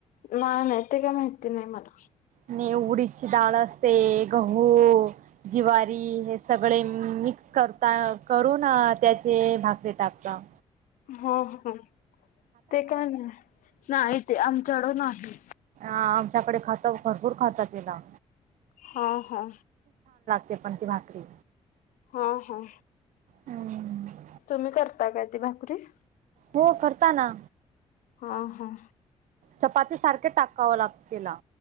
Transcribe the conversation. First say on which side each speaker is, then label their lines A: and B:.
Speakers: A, on the left; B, on the right.
A: नाही-नाही ते काय माहिती नाही मला.
B: आणि उडदाची डाळ असते, गहू, ज्वारी, हे सगळे मिक्स करता करून त्याचे भाकरी टाकताव.
A: हो, हो, ते काय नाही-नाही ते आमच्याकड नाही.
B: ह आमच्याकडे खातव भरपूर खातंव केला
A: हा, हा.
B: ते पण ती भाकरी.
A: हा, हा.
B: हम्.
A: तुम्ही करता का ती भाकरी.
B: हो करताना.
A: हा, हा.
B: चपाती सारखे टाकावं लागतं. केला.